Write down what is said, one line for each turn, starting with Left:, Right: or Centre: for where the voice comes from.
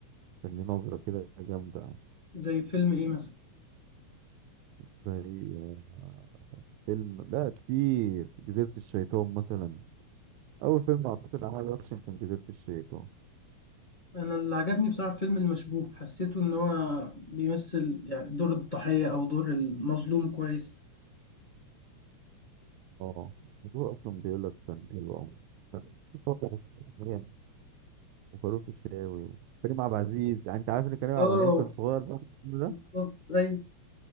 Right: كان ليه نظره كده جامده
Left: زي فيلم ايه مثلا
Right: زي آه، فيلم لا كتير جزيره الشيطان مثلا اول فيلم اعتقد عمله اكشن كان جزيره الشيطان
Left: انا اللي عجبني بصراحه في فيلم المشبوه حسيته ان هو بيمثل يعني دور الضحيه او دور المظلوم كويس
Right: اه هو اصلا بيقول لك كان حلو قوي بس هو كان حلو. وفاروق الشاوي وكريم عبد العزيز يعني انت عارف ان كريم عبد
Left: اه
Right: العزيز كان صغير بقى في الفيلم ده
Left: بالظبط ايوه